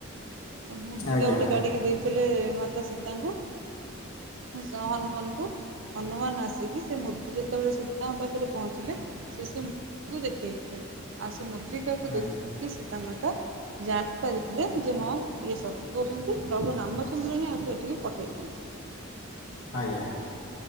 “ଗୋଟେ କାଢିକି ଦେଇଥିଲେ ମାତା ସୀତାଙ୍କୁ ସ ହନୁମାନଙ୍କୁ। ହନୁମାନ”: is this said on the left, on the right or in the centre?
Right